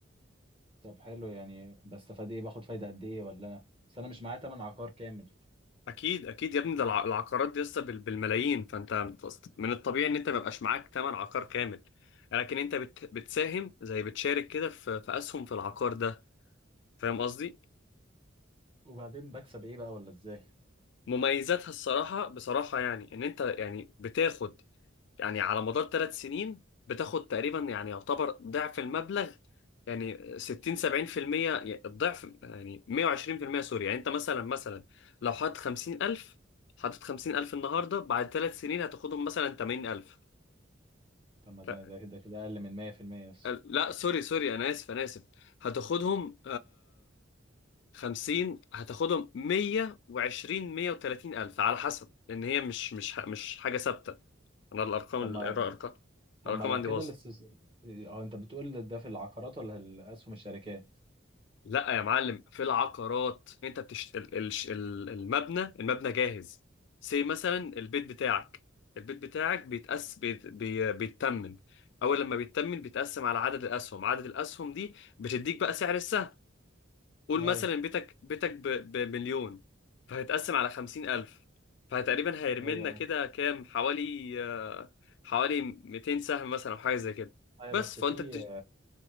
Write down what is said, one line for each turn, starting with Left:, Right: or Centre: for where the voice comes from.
Right: طب حلو يعني بستفاد ايه باخد فايده قد ايه ولا انا بس انا مش معايا تمن عقار كامل
Left: اكيد اكيد يا ابني ده الع- العقارات دي لسه بال- بالملايين فانت من الطبيعي ان انت ما يبقاش معاك ثمن عقار كامل لكن انت بت... بتساهم زي بتشارك كده في... في اسهم في العقار ده فاهم قصدي
Right: وبعدين بكسب ايه بقى ولا ازاي
Left: مميزاتها الصراحة بصراحة يعني إن أنت يعني بتاخد يعني على مدار ثلاث سنين بتاخد تقريبا يعني يعتبر ضعف المبلغ يعني 60 70% يعني الضعف يعني 120% سوري يعني أنت مثلا مثلا لو حاطط 50000 حاطط 50000 النهاردة بعد ثلاث سنين هتاخدهم مثلا 80000
Right: طب ما
Left: ف-
Right: ده ده ده كده اقل من 100% بس
Left: لا سوري سوري أنا آسف أنا آسف هتاخدهم 50 هتاخدهم 120 130 الف على حسب لان هي مش مش ح- مش حاجه ثابته انا الارقام
Right: طب
Left: الارقام
Right: ما طب
Left: الارقام
Right: ما لو
Left: عندي
Right: كده
Left: باظت
Right: الاستس... اه انت بتقول ده في العقارات ولا الاسهم الشركات
Left: لا يا معلم في العقارات انت بتشت... ال- ال- ال- المبنى المبنى جاهز سي مثلا البيت بتاعك البيت بتاعك بيتقس بيت... بي... بيتمن اول لما بيتمن بيتقسم على عدد الاسهم عدد الاسهم دي بتديك بقى سعر السهم قول
Right: ايوه
Left: مثلا بيتك بيتك ب- بمليون فهيتقسم على خمسين ألف فتقريبا هيرملنا
Right: ايوه
Left: كده كام حوالي آه، حوالي 200 سهم مثلا أو حاجة زي كده
Right: ايوه
Left: بس
Right: بس
Left: فأنت
Right: في
Left: بتش...